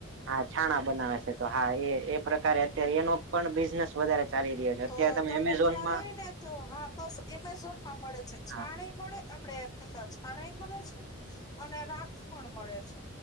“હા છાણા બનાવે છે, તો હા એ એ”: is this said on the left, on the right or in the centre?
Right